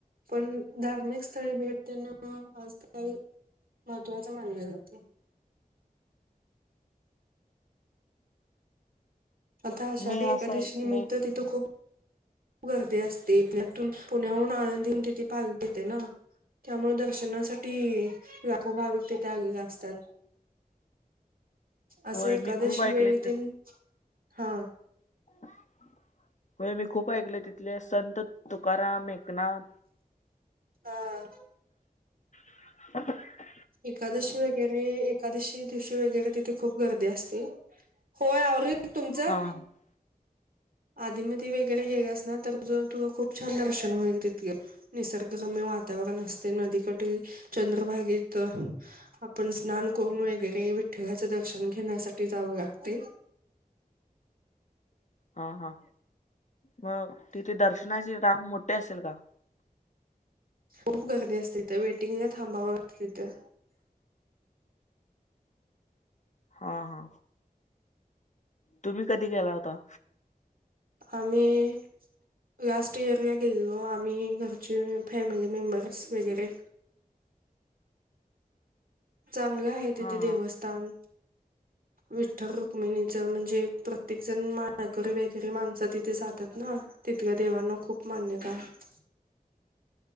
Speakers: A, on the right; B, on the left.
A: पण धार्मिक स्थळी भेटदेन आज काळी महत्त्वाच मानले जाते. आता आषाडी
B: मी असं
A: एकादवशी
B: ऐकलंय
A: निमित्त तिथं खूप गर्दी असते. त्यातून पुण्याहून आळनंदी हून तिथे पालखी येते ना. त्यामुळ दर्शनासाठी लाखो भाविक तेथे आलेले असतात. असं
B: होय
A: एकादेशी
B: मी खूप ऐकले
A: वेळीतीन,
B: ते
A: हा.
B: होय मी खूप ऐकलय, तिथले संत तुकाराम, एकनाथ
A: हा.
B: <inaudible>
A: एकादशी वगैरे, एकादशी दिवशी वेगैरे तिथे खूप गर्दी असते. होय आवरील की, तुमचं?
B: हा हा
A: आधी मध्ये वगरे गेलेस ना, तर तुझ खूप छान दर्शन होईल तिथल. निस रम्य वातावरण असते. नदीकाठी चंद्रभागेत आपण स्नान करून वगैरे, विठ ठ्ठलाचं दर्शन घेण्यासाठी जावं लागते.
B: हा हा. मग तिथे दर्शनाची राग मोठे असेल का?
A: खूप गर्दी असते. ते वेटिंगला थांबावं लागत तिथं.
B: हा हा. तुम्ही कधी गेला होता
A: आम्ही लास्ट इयरला गेलेलो. आम्ही घरचे फॅमिली मेंबर्स वगैरे. चांगलं आहे तिथे
B: हा
A: देवस्थान.
B: हा
A: विठ्ठल रुक्मिणीचं म्हणजे, प्रत्येक जण माळकरी वगैरे माणसं तिथे जातात ना. तिथल्या देवांना खूप मान्यता आहे.